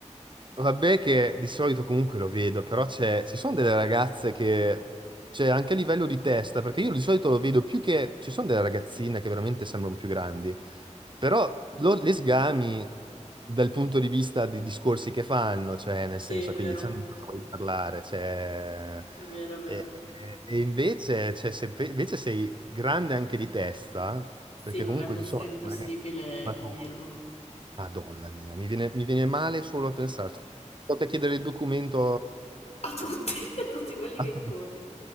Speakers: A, on the right (about 40°); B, on the left (about 60°).
A: Vabbè che di solito comunque lo vedo, però c'è, ci sono delle ragazze che, cioè anche a livello di testa, perché io di solito lo vedo più che, ci sono delle ragazzine che veramente sembrano più grandi, però lo- le sgami dal punto di vista dei discorsi che fanno, cioè nel
B: sì,
A: senso,
B: è vero,
A: quindi c'è anche cosa vuoi parlare, cioè,
B: è vero, è vero.
A: e, e- e invece, cioè, se invece sei grande anche di testa,
B: Sì,
A: perché
B: non
A: comunque
B: è, poss-
A: ci sono
B: è impossibile
A: delle ragazze... mature,
B: capirlo.
A: Madonna mia, mi viene, mi viene male solo a pensarci. Tocca chiedere il documento
B: A tutti, <laughs> a tutti quelli
A: a
B: che incontro.
A: tutti.